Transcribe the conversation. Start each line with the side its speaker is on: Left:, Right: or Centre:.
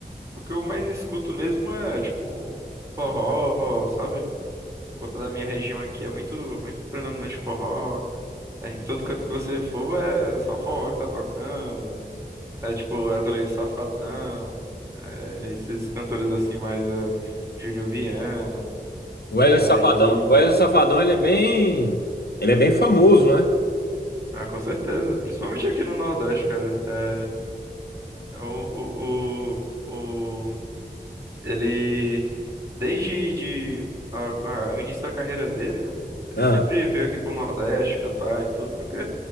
Right: O que eu mais escuto mesmo é, tipo, forró, sabe? Por conta da minha região aqui é muito, muito predominante forró. É, <laughs> todo canto que você for é só forró que tá tocando. É tipo Wesley Safadão, é, esses cantores assim mais é, Júnior Viana.
Left: O Wesley
Right: E
Left: Safadão,
Right: aí,
Left: o Wesley Safadão, ele é bem, ele é bem famoso, né?
Right: ah, com certeza, principalmente aqui no Nordeste, cara. É, é o, o, o, o- ele desde de, a- a- o início da carreira dele, né? Ele
Left: Ah,
Right: sempre veio aqui pro Nordeste cantar e tudo, porque